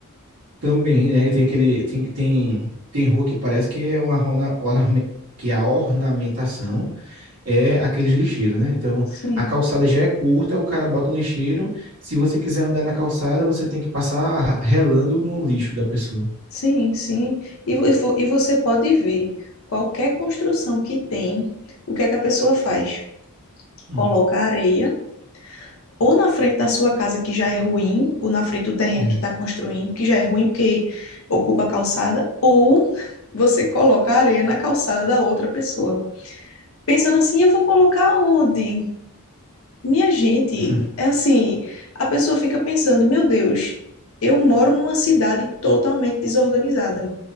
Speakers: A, on the right; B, on the left.
A: Também, né? Tem aquele. Tem, tem, tem rua que parece que é uma orna, orna- que é a ornamentação é aqueles lixeiros, né? Então,
B: Sim,
A: a calçada já é curta, o cara bota um lixeiro. Se você quiser andar na calçada, você tem que passar relando no lixo da pessoa.
B: sim, sim. E, vo- e vo- e você pode ver qualquer construção que tem, o que é que a pessoa faz?
A: Hum,
B: Coloca areia ou na frente da sua casa que já é ruim, ou na frente do terreno
A: É.
B: que está construindo, que já é ruim porque ocupa a calçada, ou você coloca areia na calçada da outra pessoa. Pensando assim, eu vou colocar onde? Minha gente,
A: <laughs>
B: é assim, a pessoa fica pensando, meu Deus, eu moro numa cidade totalmente desorganizada.